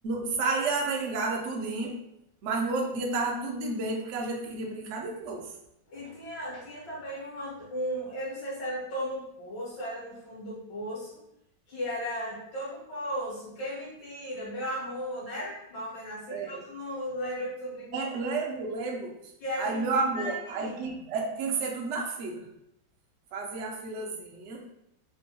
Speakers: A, on the right; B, on the left.
A: saía arengada tudinho, mas no outro dia estava tudo de bem, porque a gente queria brincar de novo.
B: E tinha, tinha também uma, um, eu não sei se era Tô no Poço, era no fundo do poço, que era Tô no Poço, quem me tira, meu amor, não era? Mais ou menos assim.
A: Era.
B: Eu tu não lembra que tu brincou,
A: Lembro, lembro.
B: que era
A: Aí,
B: menina
A: meu amor,
B: e
A: aí
B: menino.
A: é, tinha que ser tudo na fila. Fazia a filazinha,